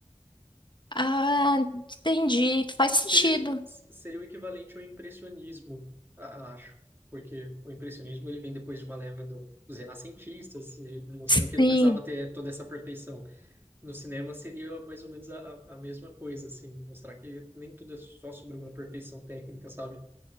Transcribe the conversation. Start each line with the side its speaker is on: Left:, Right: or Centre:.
Left: Ah, entendi. Faz sentido.
Right: Seria, seria o equivalente ao impressionismo, a- acho. Porque o impressionismo ele vem depois de uma leva do- dos renascentistas, e mostrando
Left: Sim.
Right: que não precisava ter toda essa perfeição. No cinema seria mais ou menos a, a a mesma coisa, assim, mostrar que nem tudo é só sobre uma perfeição técnica, sabe?